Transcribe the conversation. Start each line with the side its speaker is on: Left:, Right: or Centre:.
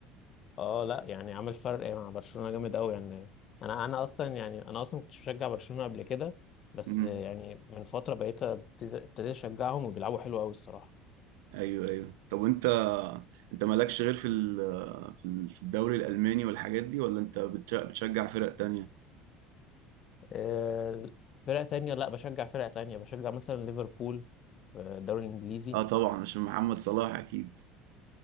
Left: اه لا يعني عمل فرق مع برشلونة جامد قوي يعني انا انا اصلا يعني انا اصلا ما كنتش بشجع برشلونة قبل كده بس
Right: مم.
Left: آه، يعني من فترة بقيت ابتز- ابتديت اشجعهم وبيلعبوا حلو قوي الصراحة
Right: ايوه ايوه طب وانت انت مالكش غير في ال- في ال- في الدوري الالماني والحاجات دي ولا انت بتش- بتشجع فرق تانية
Left: آه، فرق تانية لا بشجع فرق تانية بشجع مثلا ليفربول في الدوري الانجليزي
Right: اه طبعا عشان محمد صلاح اكيد